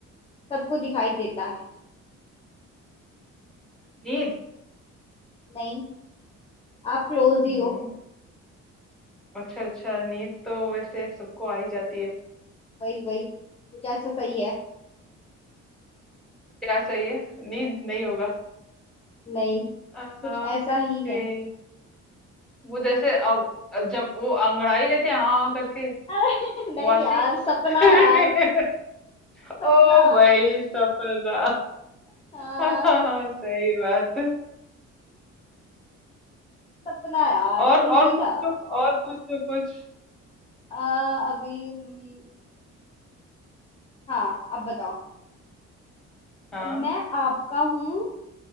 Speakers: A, on the left; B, in the centre.
A: सबको दिखाई देता है
B: नींद
A: नहीं आप क्लोज ही
B: हम्म,
A: हो
B: अच्छा अच्छा नींद तो वैसे सबको आ ही जाती है
A: वही वही कुछ ऐसा सही है
B: क्या सही है नींद नहीं होगा
A: नहीं
B: आ,
A: कुछ ऐसा ही
B: फिर
A: है
B: वो जैसे अब जब वो अंगड़ाई लेते हैं हाँ करके
A: अरे <laughs> नहीं
B: वासी
A: यार सपना
B: <laughs>
A: यार सपना
B: ओ भाई सपना
A: हाँ
B: हाँ सही बात
A: सपना यार
B: और
A: इजी
B: और पूछो
A: था
B: और पूछो कुछ
A: आ, अभी हम्म, हाँ अब बताओ
B: हाँ
A: मैं आपका हूँ